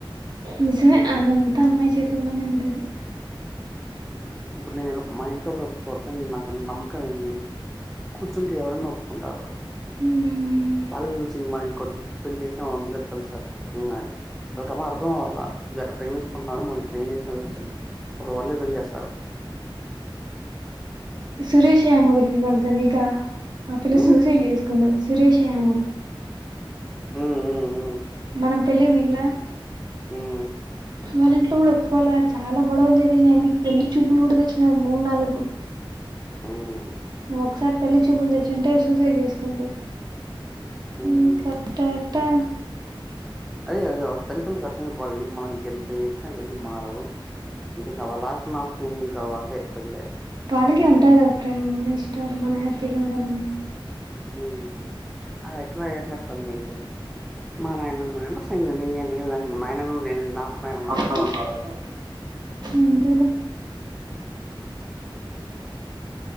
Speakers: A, on the right; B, in the centre.
A: నిజమే అదంతా అమ్మాయి చేతుల్లోనే ఉండేది
B: ఇప్పుడు నేను ఎ మా ఇంట్లో కూడా కొడతాను నామ్ కానీ కొంచెం ఎవరైనా ఒప్పుకుంటారు
A: మ్మ్.
B: వాళ్ళకి తెలిసిమా ఇం కొంచెం పెళ్లి చేసినా వందలేదు కలుసా కానీ వాళ్ళకమ్మా అర్ం అవ్వాలా ఇ అట్లా ప్రేమించుకుంటున్నా మనం ఇప్పుడు ఏం చేసిన చస్తాడు రోడ్లే పని చేస్తారు
A: సురేష్ యామ గురించి తెలుసా నీకు. ఆ పిల్ల
B: హ్మ్.
A: సూసైడ్ చేసుకుంది సురేష్ యామ
B: హుహుహ్
A: మనం పెళ్ళికి పోయిన్లా.
B: హ్మ్.
A: వాళ్ళ ఇంట్లో కూడా ఒప్పుకోలా, చాలా గొడవలు జరిగినాయి. యమ్మి పెళ్లి చూపులు కూడా తెచ్చినారు మూడు నాలుగు.
B: హ్మ్.
A: ఒకసారి పెళ్లి చూపులు తెచ్చుంటే సూసైడ్ చేసుకుంది
B: హ్మ్.
A: ఇంకా ట టా
B: అదే అది తల్లి తండ్రులకు అర్ధం అయిపోవాలె ఇల్లు మనం ఇంకా ఎంత చేశినా వీళ్ళు మా అవు అంటే ఇంకా లాస్టుకున్న అప్షన్ ఎంది ఇంకా అదే పెళ్ళె.
A: వాళ్ళకి ఉంటది కదా ప్రేమ మన ఇష్టం మనం హ్యాపీగా ఉండాలనే.
B: హ్ అది ఎట్లా ఎట్లా ఫన్నీయు మా నాయనమ్మను <unintelligible> మా నాయనను నేను నాకు నాయనున్నాడని
A: భయం
B: ఉంది.
A: ఉన్నాడు అంతేలే